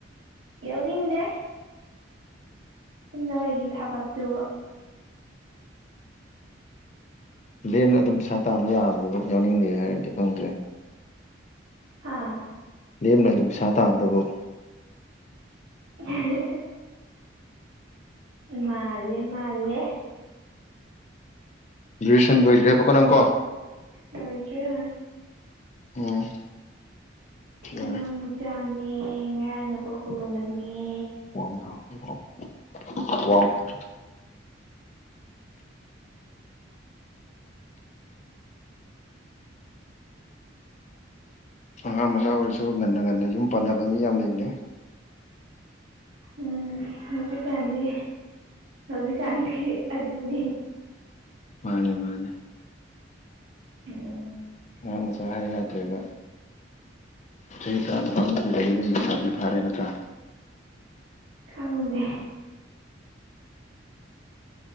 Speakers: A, on the right; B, on the left.
A: ꯌꯥꯎꯅꯤꯡꯗꯦ <unintelligible> ꯊꯥꯕꯛ ꯇꯨꯕꯨ
B: ꯂꯦꯝꯅ ꯑꯗꯨꯝ ꯄꯩꯁꯥ ꯇꯥꯕ ꯌꯥꯕꯗꯨ ꯌꯥꯎꯅꯤꯡꯗꯦ ꯍꯥꯏꯔꯗꯤ ꯈꯪꯗ꯭ꯔꯦ
A: ꯍꯥꯥ
B: ꯂꯦꯝꯅ ꯑꯗꯨꯝ ꯄꯩꯁꯥ ꯇꯥꯡꯒꯗꯕꯨ
A: <unintelligible> ꯃꯥꯂꯦ ꯃꯥꯂꯦ
B: ꯒꯦꯖꯨꯌꯦꯁꯟ ꯂꯣꯏꯒ꯭ꯔꯦꯕꯀꯣ ꯅꯪꯀꯣ
A: <unintelligible>
B: ꯎꯝ
A: ꯑꯉꯥꯡ
B: ꯌꯥꯔꯦ
A: ꯃꯆꯥꯅꯦ ꯉꯔꯥꯡ ꯅꯄꯣꯛꯄꯒꯨꯝꯕꯅꯦ
B: <unintelligible> ꯑꯉꯥꯡ ꯃꯆꯥ ꯑꯣꯏꯔꯁꯨ ꯉꯟꯅ ꯉꯟꯅ ꯌꯨꯝ ꯄꯥꯟꯅꯕ ꯃꯤ ꯌꯥꯝ ꯂꯩꯕꯅꯦ
A: ꯎꯝ ꯍꯧꯖꯤꯛꯀꯥꯟꯗꯤ ꯍꯧꯖꯤꯛꯀꯥꯟꯗꯤ ꯑꯗꯨꯅꯤ
B: ꯃꯥꯅꯦ ꯃꯥꯅꯦ
A: ꯎꯝ
B: ꯑꯉꯥꯡ ꯃꯆꯥ ꯍꯥꯏ ꯌꯥꯗ꯭ꯔꯦꯕ ꯆꯍꯤ ꯇꯔꯥꯄꯥꯥꯃ <unintelligible> ꯂꯩꯁꯥꯕꯤ ꯐꯥꯔꯦ ꯅꯠꯇ꯭ꯔꯥ
A: ꯈꯪꯗꯦ